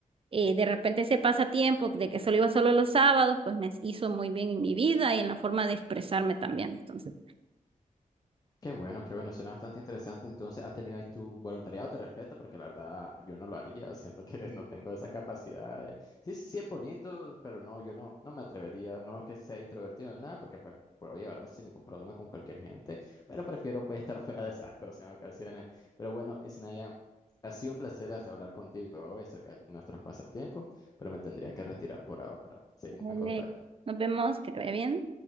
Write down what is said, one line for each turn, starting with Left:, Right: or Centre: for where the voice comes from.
Right: eh, de repente ese pasatiempo de que solo iba solo los sábados, pues me hizo muy bien en mi vida y en la forma de expresarme también. Entonces,
Left: Qué bueno, qué bueno, suena bastante interesante. Entonces, ¿has tenido ahí tu voluntariado? Te respeto porque la verdad yo no lo haría. Siento que <laughs> no tengo esa capacidad. de- Sí, sí sí es bonito, pero no, yo no, no me atrevería. No es que sea introvertido, nada, porque pues puedo llevarme sin ningún problema con cualquier gente, pero prefiero pues estar <laughs> fuera de esas cosas en ocasiones. Pero bueno, Isnaya, ha sido un placer hasta hablar contigo hoy acerca de nuestros pasatiempos, pero me tendría que retirar por ahora. Seguimos
Right: dale,
Left: en contacto.
Right: nos vemos, que te vaya bien.